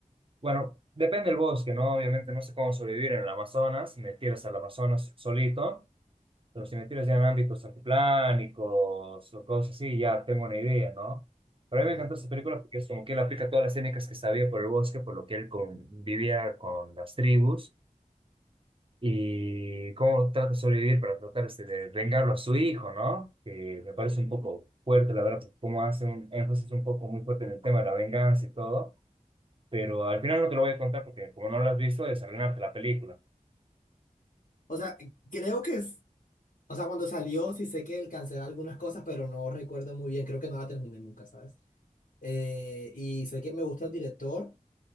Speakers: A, on the right (about 40°); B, on the left (about 85°).
A: Bueno, depende del bosque, ¿no? Obviamente no sé cómo sobrevivir en el Amazonas, si me tiras al Amazonas solito, pero si me tiras ya en ámbitos altiplánicos o cosas así, ya tengo una idea, ¿no? Pero
B: Claro.
A: a mí me encantó esta película porque es como que él aplica todas las técnicas que sabía por el bosque, por lo que él convivía con las tribus y cómo trata de sobrevivir para tratar este, de vengarlo a su hijo, ¿no? Que me parece un poco fuerte, la verdad, como hace un énfasis un poco muy fuerte en el tema de la venganza y todo, pero al final no te lo voy a contar porque como no lo has visto, es arruinarte la película.
B: O sea, creo que es. O sea, cuando salió, sí sé que cancelé algunas cosas, pero no recuerdo muy bien. Creo que no la terminé nunca, ¿sabes? Eh, y sé que me gusta el director,